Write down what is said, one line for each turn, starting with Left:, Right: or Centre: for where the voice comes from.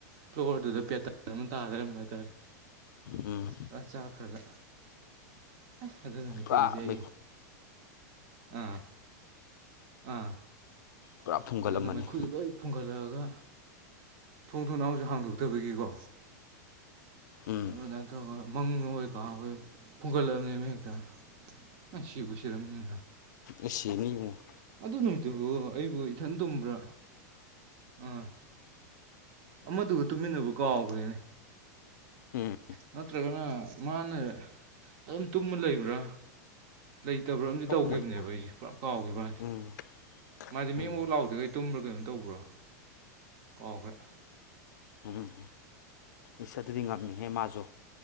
Right: ꯐ꯭ꯂꯣꯔꯗꯨꯗ ꯄꯦꯇꯔꯟ ꯑꯃ ꯇꯥꯗꯔꯝꯕ ꯍꯥꯏꯇꯥꯔꯦ
Left: ꯎꯝ
Right: ꯄꯨ ꯆꯥꯈ꯭ꯔꯒ ꯍ ꯑꯗꯨ ꯅꯨꯃꯤꯠꯀꯤꯗꯨꯗꯤ
Left: ꯄꯨꯔꯥ
Right: ꯑꯩꯒꯤ
Left: ꯃꯩꯈꯨ
Right: ꯎꯝ ꯑꯥ
Left: ꯄꯨꯔꯥ ꯐꯨꯝꯒꯠꯂꯝꯃꯅꯤ
Right: ꯑꯗꯨꯅ ꯃꯩꯈꯨꯗꯨꯣ ꯂꯣꯏ ꯐꯨꯡꯒꯠꯂꯛꯑꯒ ꯊꯣꯡ ꯊꯣꯡꯅ ꯑꯃꯁꯨ ꯍꯥꯡꯗꯣꯛꯇꯕꯒꯤꯀꯣ
Left: ꯎꯝ
Right: ꯑꯗꯨꯃꯥꯏꯅ ꯇꯧꯔꯒ ꯃꯪ ꯍꯣꯏ ꯀꯍꯥ ꯍꯣꯏ ꯐꯨꯒꯠꯂꯛꯑꯕꯅꯤ ꯃ ꯍꯦꯛꯇ ꯑꯁ ꯁꯤꯕꯨꯨ ꯁꯤꯔꯝꯅꯤꯗ
Left: ꯑꯦꯁ ꯑꯦꯅꯤꯃꯨꯡ <inaudible>
Right: ꯑꯗꯨ ꯅꯨꯃꯤꯠꯗꯨꯕꯨ ꯑꯩꯕꯨ ꯏꯊꯟ ꯇꯨꯝꯕ꯭ꯔꯥ ꯑꯥ ꯑꯃꯗꯨꯒ ꯇꯨꯃꯤꯟꯅꯕ ꯀꯥꯎꯈ꯭ꯔꯦꯅꯦ
Left: ꯎꯝ
Right: ꯅꯠꯇ꯭ꯔꯒꯅ ꯃꯥꯅ ꯑꯗꯨꯝ ꯇꯨꯝꯃ ꯂꯩꯕ꯭ꯔꯥ ꯂꯩꯇꯕ꯭ꯔꯥ ꯑꯃꯗꯤ
Left: ꯁꯣꯛꯑꯝꯃꯣꯏꯗ
Right: ꯇꯧꯈꯤꯕꯅꯦꯕ ꯑꯩꯁꯦ ꯄꯨꯔꯥ ꯀꯥꯎꯈꯤꯕꯩ ꯋꯥꯅꯦ
Left: ꯎꯝ
Right: ꯃꯥꯗꯤ
Left: ꯎꯝ
Right: ꯃꯦꯃꯨꯛ ꯂꯥꯎꯗꯒꯩ ꯇꯨꯝꯕ꯭ꯔꯥ ꯀꯩꯅꯣ ꯇꯧꯕ꯭ꯔꯣ ꯀꯥꯎꯈ꯭ꯔꯦ
Left: ꯑꯝ ꯏꯁꯁ ꯑꯗꯨꯗꯤ ꯉꯝꯃꯤꯍꯦ ꯃꯥꯁꯨ